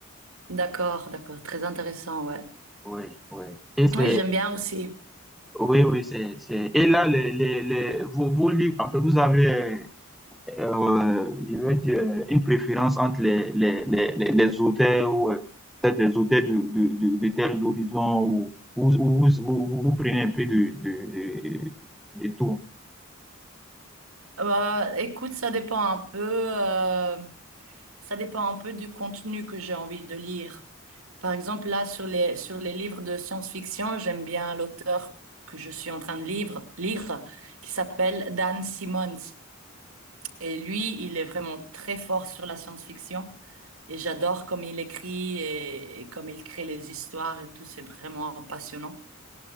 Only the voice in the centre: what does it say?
Oui, oui. Et c'est,
oui, oui, c'est, c'est, et là, les, les, les, vos, vos livres, après, vous avez, euh, euh, je veux dire, une préférence entre les, les, les, les- les auteurs ou euh, peut-être les auteurs de, de, de, de tels horizons ou ou- ou vous, vous, vous, prenez un peu de, de, de, de tout.